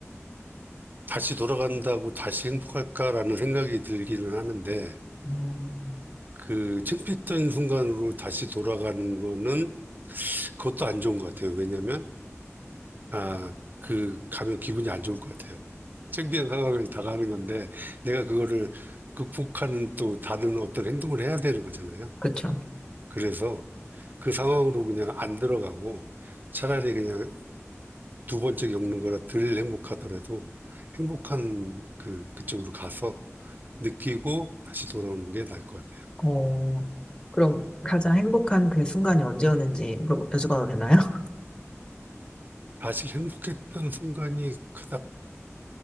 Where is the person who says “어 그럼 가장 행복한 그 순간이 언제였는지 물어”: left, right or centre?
Left